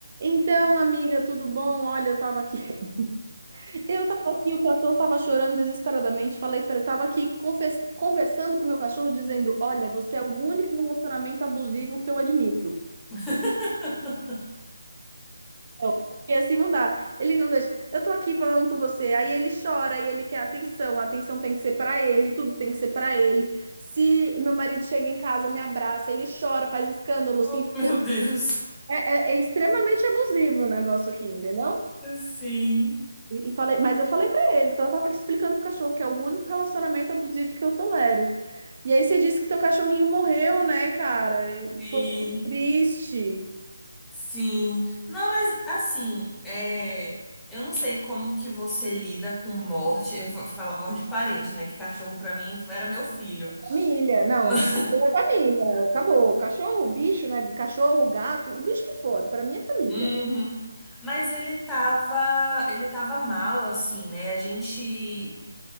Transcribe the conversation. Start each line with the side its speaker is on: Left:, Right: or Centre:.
Right: Então, amiga, tudo bom? Olha, eu tava aqui. <laughs> Eu tava aqui, o cachorro tava chorando desesperadamente. Falei para ele, tava aqui confes- conversando com o meu cachorro, dizendo: Olha, você é o único relacionamento abusivo que eu admito.
Centre: <laughs>
Right: Eu, Porque assim não dá. Ele não deixa. Eu tô aqui falando com você, aí ele chora, e ele quer atenção. A atenção tem que ser para ele, tudo tem que ser para ele. Se meu marido chega em casa, me abraça, ele chora, faz escândalo,
Centre: Oh,
Right: se enfia.
Centre: meu Deus.
Right: É, é é extremamente abusivo o negócio aqui, entendeu?
Centre: Sim,
Right: E e falei, mas eu falei pra ele, então eu tava aqui explicando pro cachorro que é o único relacionamento abusivo que eu tolero. E aí você disse que teu cachorrinho morreu, né, cara? É,
Centre: sim,
Right: Pô, que triste.
Centre: sim. Não, mas assim, é, eu não sei como que você lida com morte. Eu fa- falo morte de parente, né? Que cachorro pra mim era meu filho. <laughs>
Right: Família, não,
Centre: Mas,
Right: é família, acabou. Cachorro, bicho, né? Cachorro, gato, o bicho que for, pra mim é família.
Centre: Uhum. Mas ele tava, ele tava mal, assim, né? A gente